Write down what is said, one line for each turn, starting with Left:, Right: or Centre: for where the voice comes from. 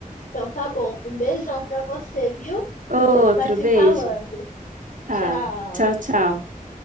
Left: Então tá bom. Um beijão pra você, viu?
Right: Outro
Left: A gente vai se
Right: beijo.
Left: falando.
Right: Tá.
Left: Tchau.
Right: Tchau, tchau.